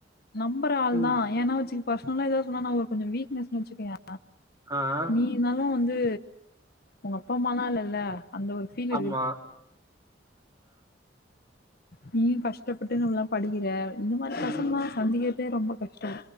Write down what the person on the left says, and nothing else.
நம்பற ஆள்
தா ஏன்னா வச்சுக் பர்சனலா ஏதாவது சொன்னா நா கொஞ்சோ வீக்னஸ்னு வச்சுக்கயே
நீ இருந்தாலு வந்து உங்கப்பா அம்மாலா இல்லல்ல அந்த ஒரு ஃபீல்
நீயு கஷ்டப்பட்டு இன்னொல்லா படிக்கிற இந்த மாரி
பசங்ளா சந்திக்கறதே ரொம்ப கஷ்டோ